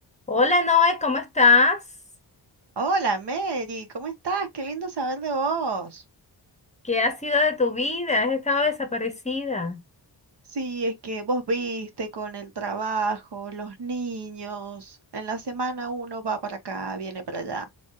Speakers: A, on the left; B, on the right.
A: Hola Noé, ¿cómo estás?
B: Hola Mary, ¿cómo estás? Qué lindo saber de vos.
A: ¿Qué ha sido de tu vida? ¿Has estado desaparecida?
B: Sí, es que vos viste con el trabajo, los niños. En la semana uno va para acá, viene para allá.